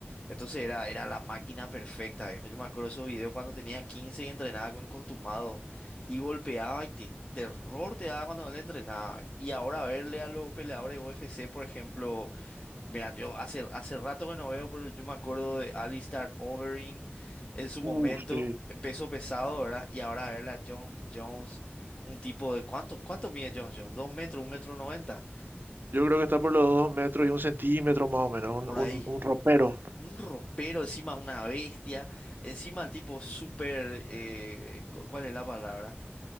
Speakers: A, on the left; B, on the right.
A: Entonces era, era la máquina perfecta, viejo. Yo me acuerdo de esos videos cuando tenía 15 y entrenaba con costumado y golpeaba y te- terror te daba cuando no le entrenaba. Y ahora verle a los peleadores de UFC, por ejemplo, verán, yo hace, hace rato que no veo, pero yo me acuerdo de Alistair Overeem en su
B: Uh,
A: momento,
B: sí.
A: peso pesado, ¿verdad? Y ahora verle a Jones Jones, un tipo de, ¿cuánto, cuánto mide Jones Jones? ¿Dos metros, un metro noventa?
B: Yo creo que está por los dos metros y un centímetro más o menos, un,
A: Por
B: un,
A: ahí.
B: un ropero.
A: Un ropero, encima una bestia, encima el tipo súper, eh, cu- ¿cuál es la palabra?